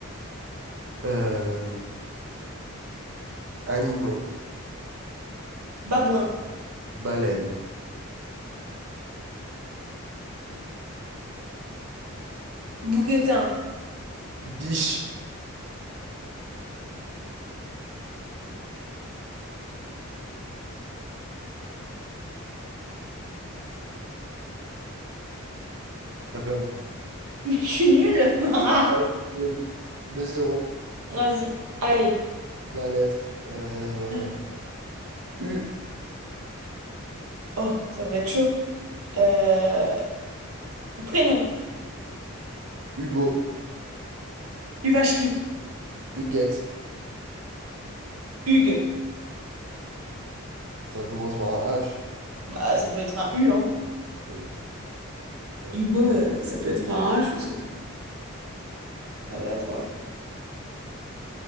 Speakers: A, on the right; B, on the right.
A: Euh, animaux.
B: Babouin.
A: Baleine.
B: Bouquetin.
A: Biche. T'as perdu.
B: <laughs> je suis nulle. <laughs>
A: Ouais, c'est nul. 2-0.
B: Vas-y. Allez.
A: La lettre. Euh,
B: Euh,
A: U.
B: Oh, ça va être chaud. Euh, Prénom.
A: Hugo.
B: huvacherie
A: Huguette.
B: Hugues.
A: Ça commence par un H.
B: Bah, ça peut être un U, hein.
A: Oui. Euh,
B: Hugo, euh, ça peut être un H aussi. Allez, à toi.